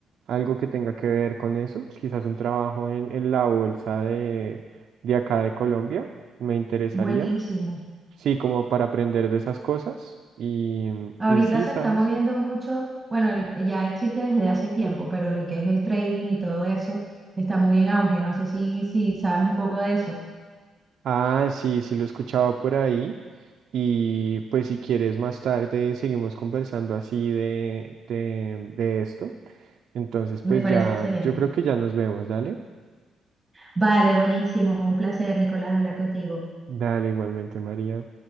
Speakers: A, on the right; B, on the right.
A: algo que tenga que ver con eso, quizás un trabajo en, en la bolsa de, de acá de Colombia, me interesaría.
B: buenísimo.
A: Sí, como para aprender de esas cosas. Y,
B: Ahorita
A: y sí,
B: se
A: ¿sabes?
B: está moviendo mucho, bueno, el- ya existe desde hace tiempo, pero lo que es el trading y todo eso está muy en auge. No sé si, si sabes un poco de eso.
A: Ah, sí, sí lo he escuchado por ahí. Y pues si quieres más tarde seguimos conversando así de, de, de esto. Entonces,
B: Me
A: pues
B: parece
A: ya,
B: excelente.
A: yo creo que ya nos vemos, dale.
B: Vale, buenísimo. Un placer, Nicolás, hablar contigo.
A: Dale igualmente, María.